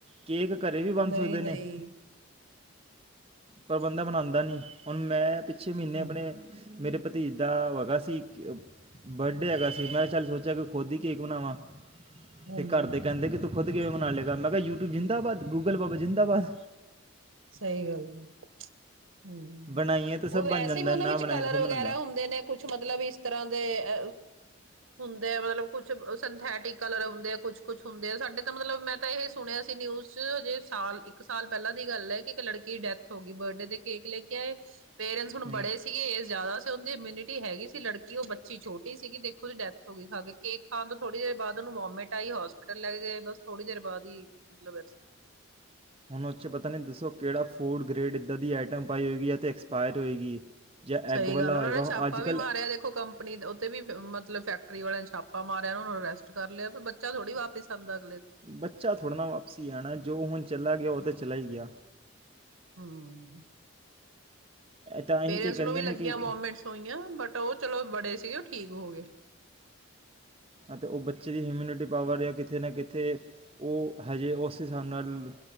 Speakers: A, on the right (about 25°); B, on the right (about 75°).
A: ਕੇਕ ਘਰ ਵੀ ਬਣ
B: ਨਹੀਂ
A: ਸਕਦੇ
B: ਨਹੀਂ
A: ਨੇ ਪਰ ਬੰਦਾ ਬਣਾਉਂਦਾ ਨਹੀਂ, ਹੁਣ ਮੈਂ ਪਿੱਛੇ ਮਹੀਨੇ
B: ਹਮ
A: ਆਪਣੇ ਮੇਰੇ ਪਤੀ ਧੀਅਗਾਸੀ ਬਡੇ ਅਗਾਸੀ ਕੀ ਮੈਂ ਚੱਲਾਲ ਸੋਚਿਆ ਕਿ, ਖੁਦ ਹੀ ਕੇਕ ਬਣਾਵਾਂ
B: ਹਾਂਜੀ
A: ਤੇ ਘਰਦੇ ਕਹਿੰਦੇ ਕਿ ਤੂੰ ਖੁਦ ਕਿਵੇਂ ਮਨਾ ਲਏਗਾ, ਮੈਂ ਕਿਹਾ ਯੂਟਿਊਬ ਜ਼ਿੰਦਾਬਾਦ, ਗੂਗਲ ਬਾਬਾ ਜ਼ਿੰਦਾਬਾਦ
B: ਸਹੀ ਗੱਲ ਆ ਹੂੰ,
A: ਬਣਾਈਏ ਤਾਂ ਸਭ
B: ਉਹ ਵੈਸੇ
A: ਬਣ ਜਾਂਦਾ
B: ਵੀ ਉਹਨਾਂ
A: ਨਾ
B: ਵਿੱਚ
A: ਬਣਾਏ
B: ਕਲਰ
A: ਤਾਂ ਸਭ
B: ਵਗੈਰਾ
A: ਬਣਦਾ
B: ਹੁੰਦੇ, ਨੇ ਕੁਛ ਮਤਲਬ ਇਸ ਤਰ੍ਹਾਂ ਦੇ ਅ ਹੁੰਦੇ ਆ ਮਤਲਬ ਕੁਛ ਸਿੰਥੈਟਿਕ ਕਲਰ ਹੁੰਦੇ ਆ ਕੁਛ ਕੁਛ ਹੁੰਦੇ ਆ ਸਾਡੇ ਤਾਂ ਮਤਲਬ ਮੈਂ ਤਾਂ ਇਹ ਸੁਣਿਆ ਸੀ ਨਿਊਜ਼ ਚ ਹਜੇ ਸਾਲ ਇੱਕ ਸਾਲ ਪਹਿਲਾਂ ਦੀ ਗੱਲ ਹੈ। ਇੱਕ ਲੜਕੀ ਦੀ ਡੈਥ ਹੋ ਗਈ ਬਰਡੇ ਦੇ ਕੇਕ ਲੈ ਕੇ ਆਏ ਪੇਰੈਂਟਸ
A: ਹੂੰ
B: ਹੁਣ ਬੜੇ ਸੀਗੇ ਇਜ ਜ਼ਿਆਦਾ ਦੀ ਇਮਿਊਨਿਟੀ ਹੈਗੀ ਸੀ, ਲੜਕੀ ਉਹ ਬੱਚੀ ਛੋਟੀ ਸੀਗੀ ਦੇਖੋ ਉਹਦੀ ਡੈਥ ਹੋ ਗਈ ਖਾ ਕੇਕ ਖਣ ਤੋਂ ਥੋੜੀ ਦੇਰ ਬਾਅਦਨੂੰ ਵਮਟ ਆਈ ਹੋਸਪਿਟਲ ਲੈ ਗਏ ਬ ਥੋੜੀ ਦੇਰ ਬਾਅਦ ਹੀ ਮਤਲਬ
A: ਹੁਣ ਉਹ 'ਚ ਪਤਾ ਨਹੀਂ ਦੱਸੋ ਕਿਹੜਾ ਫੂਡ ਗ੍ਰੇਡ ਇੱਦਾਂ ਦੀ ਆਈਟਮ ਪਾਈ ਹੋਏਗੀ, ਅਤੇ ਐਕਸਪਾਇਰ ਹੋਏਗੀ। ਜਾਂ
B: ਸਹੀ
A: ਐਗ ਵਾਲਾ
B: ਗੱਲ
A: ਹੋਏਗਾ
B: ਉਹਨਾਂ ਨੇ ਛਾਪਾ
A: ਅੱਜ ਕੱਲ੍ਹ
B: ਵੀ ਮਾਰਿਆ, ਦੇਖੋ ਕੰਪਨੀ ਉੱਤੇ ਵੀ ਮਤਲਬ ਫੈਕ ਕਰੀ ਵਾਲਿਆਂ ਛਾਪਾ ਮਾਰਿਆ ਉਹਨ ਨੂੰ ਰੈਸਟ ਕਰ ਲਿਆ ਫ ਬੱਚ ਥੋੜੀ ਵਾਪਿਸ ਆਉਦਾ
A: ਬੱਚਾ ਥੋੜ੍ਹਾ ਨਾ ਵਾਪਸੀ ਆਣੇ। ਜੋ ਹੁਣ ਚਲਾ ਗਿਆ ਤੋਂ ਚੱਲਾ ਹੀ ਗਿਆ।
B: ਹਮ।
A: ਇਹ ਤਾਂ
B: ਪੇਰੈਂਟਸ
A: ਅਸੀਂ ਤਾਂ ਕਹਿੰਦੇ
B: ਨੂੰ ਵੀ
A: ਨੇ
B: ਲੱਗੀਆਂ
A: ਕਿ
B: ਵੋਮੇੰਟ੍ਸ ਹੋਈਆਂ। ਬਟ ਉਹ ਚਲੋ ਬੜੇ ਤੇ ਉਹ ਠੀਕ ਹੋ ਗਏ।
A: ਅਤੇ ਉਹ ਬੱਚੇ ਦੀ ਹਮਿਊਨਿਟੀ ਪਾਵਰ, ਜਾਂ ਕਿਤੇ ਨਾ ਕਿਤੇ ਉਹ ਹਜੇ ਉਸ ਹਿਸਾਬ ਨਾਲ,